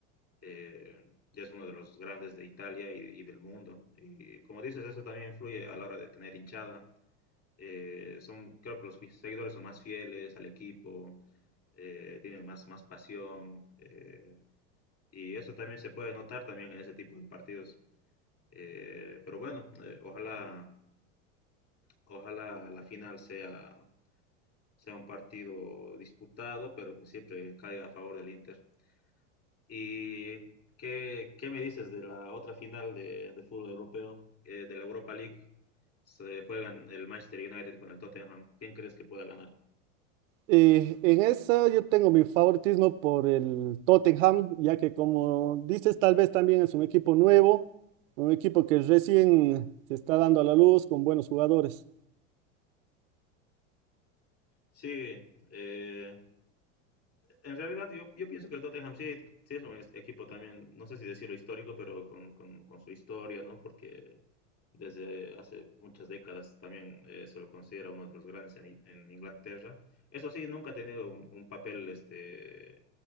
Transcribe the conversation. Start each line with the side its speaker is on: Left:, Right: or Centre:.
Left: Eh, ya es uno de los grandes de Italia y, y, del mundo. Y como dices, eso también influye a la hora de tener hinchada. Eh, son, creo que los seguidores son más fieles al equipo, eh, tienen más, más pasión. eh, y eso también se puede notar también en ese tipo de partidos. Eh, pero bueno, eh, ojalá, ojalá la final sea sea un partido disputado, pero que siempre caiga a favor del Inter. ¿Y qué, qué me dices de la otra final de, de fútbol europeo, eh, de la Europa League? Se juegan el Manchester United con el Tottenham. ¿Quién crees que pueda ganar?
Right: Eh, en esa yo tengo mi favoritismo por el Tottenham, ya que como dices, tal vez también es un equipo nuevo, un equipo que recién se está dando a la luz con buenos jugadores.
Left: Sí, eh, En realidad, yo, yo pienso que el Tottenham sí, sí es un es- equipo también, no sé si decirlo histórico, pero con, con- con su historia, ¿no? Porque desde hace muchas décadas también eh, se lo considera uno de los grandes en, I- en Inglaterra. Eso sí, nunca ha tenido un, un papel, este,